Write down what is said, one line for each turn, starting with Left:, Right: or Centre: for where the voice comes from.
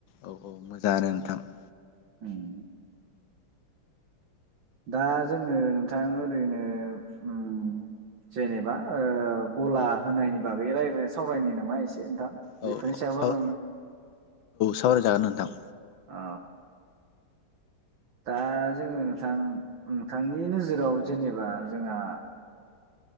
Left: औ औ मोजां आनो थां <inaudible>
Right: उम दा जोङो नोंथां ओरैनो उम जेनेबा ओ गला होनायनि बागै रायाय सावरायनो नामा एसे <inaudible>
Left: औ
Right: बेफोरनि
Left: आं
Right: सायावनो
Left: साव‌ सावराय जागोन नोंथां
Right: अ दा जोङो नोंथां नोंथांनि नोजोराव जेनेबा जोंहा